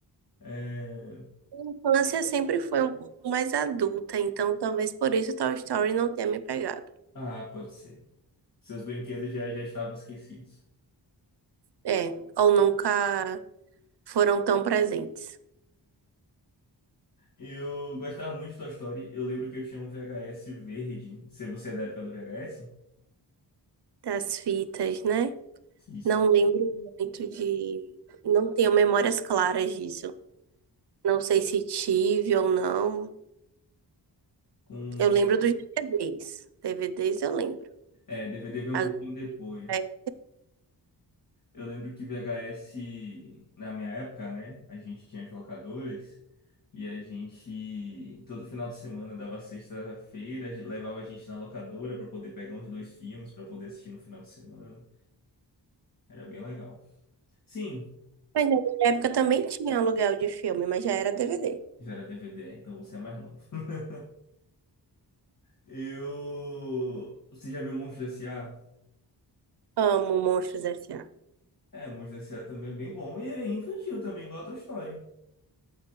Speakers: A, on the left; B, on the right.
A: É,
B: A infância sempre foi um pouco mais adulta, então talvez por isso Toy Story não tenha me pegado.
A: Ah, pode ser. Seus brinquedos já, já estavam esquecidos.
B: É, ou nunca foram tão presentes.
A: Eu gostava muito de Toy Story. Eu lembro que eu tinha um VHS verde. Se você é da época do VHS?
B: Das fitas, né?
A: Isso
B: Não lembro muito de. Não tenho memórias claras disso. Não sei se tive ou não.
A: com
B: Eu lembro dos DVDs. DVDs eu lembro.
A: É, DVD veio
B: Agora,
A: um pouquinho depois.
B: é-
A: Eu lembro que VHS, na minha época, né? A gente tinha as locadoras e a gente, todo final de semana, dava sexta-feira, a gente- levava a gente na locadora para poder pegar uns dois filmes, para poder assistir no final de semana. Era bem legal. Sim,
B: Mas na minha época também tinha aluguel de filme, mas já era DVD.
A: já era DVD, então você é mais novo. <laughs> Eu. Você já viu Monstros S.A.?
B: Amo Monstros S.A.
A: É, Monstros S.A. também é bem bom. E é infantil também, igual a Toy Story.